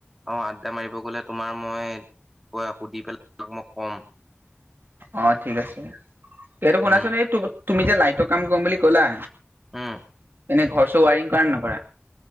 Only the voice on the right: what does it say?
অ ঠিক আছে এইটো শুনাচোন
এই তুমি যে লাইক। টো কাম কম বুলি ক'লা।
এনে ঘৰ চৰ ৱাৰিং কৰা নে নকৰা।